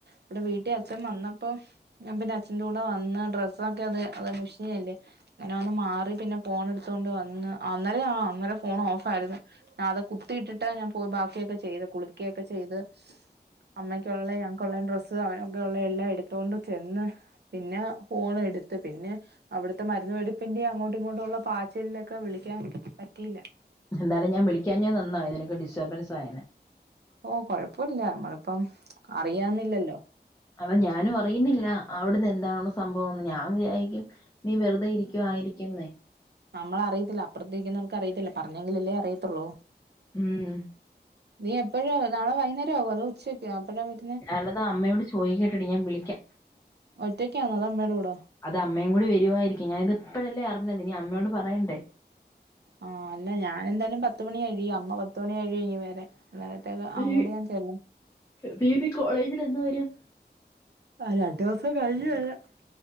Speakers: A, on the right; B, on the left.
A: ഇവിടെ വീട്ടിൽ അച്ഛൻ വന്നപ്പം ഞാൻ പിന്നെ അച്ഛന്റെ കൂടെ വന്ന് ഡ്രസ്സൊക്കെ അത് അത് മുഷിഞ്ഞയല്ലേ അങ്ങനെ വന്ന് മാറി പിന്നെ ഫോൺ എടുത്തോണ്ട് വന്ന് അന്നരെ ആ അന്നേരം ഫോൺ ഓഫ് ആയിരുന്നു ആ അത് കുത്തിയിട്ടിട്ട് ഞാൻ പോയി ബാക്കിയൊക്കെ ചെയ്ത കുളിക്കയൊക്കെ ചെയ്ത് അമ്മയ്ക്കുള്ള ഞങ്ങൾക്കുള്ള ഡ്രസ്സ് അവനൊക്കെ ഉള്ള എല്ലാം എടുത്തോണ്ട് ചെന്ന് പിന്നെ ഫോൺ എടുത്ത് പിന്നെ അവിടുത്തെ മരുന്ന് മേടിപ്പിന്റേം അങ്ങോട്ടും ഇങ്ങോട്ടുള്ള പാച്ചിലിലൊക്കെ വിളിക്കാൻ പറ്റിയില്ല
B: എന്തായാലും ഞാൻ വിളിക്കാഞ്ഞത് നന്നായി നിനക്ക് ഡിസ്റ്റർബൻസ് ആയേനേ
A: ഓ കൊഴപ്പമില്ല നമ്മളിപ്പം
B: അറിയാം
A: അറിയാന്നില്ലല്ലോ
B: അല്ല ഞാനും അറിയുന്നില്ല അവിടുന്ന് എന്താണ് സംഭവംന്ന് ഞാൻ വിചാരിച്ചു നീ വെറുതെ ഇരിക്കുവായിരിക്കുന്നേ
A: നമ്മള് അറിയത്തില്ല അപ്പറത്തി രിക്കുന്നവർക്ക് അറിയത്തില്ല പറഞ്ഞെങ്കിലല്ലേ അറിയത്തുള്ളൂ
B: ഉം
A: നീ എപ്പോഴ നാളെ വൈകുന്നേരം ആകുവോ അതോ ഉച്ചയൊക്കെ ആകുവോ എപ്പോഴാ
B: ഞാനത് അമ്മയോട് ചോദികേട്ടടി ഞാൻ വിളിക്കാം
A: ഒറ്റയ്ക്കാന്നോ അത് അമ്മേടെ കൂടോ
B: അത് അമ്മയും കൂടി വരുവായിരിക്കും ഞാന ഇത് ഇപ്പോഴല്ലേ അറിഞ്ഞത് ഇനി അമ്മയോട് പറയണ്ടേ
A: ആഹ് അല്ല ഞാനന്തായാലും പത്തുമണി കഴിയ അമ്മ പത്തുമണി കഴിയും വരാൻ നേരത്തേക്ക
B: നീ
A: അങ്ങോട്ട് ഞാൻ ചെല്ലാം
B: നീ ഇനി കോളേജിൽ എന്ന് വരും
A: ആ രണ്ടു ദിവസം കഴിഞ്ഞു വരാം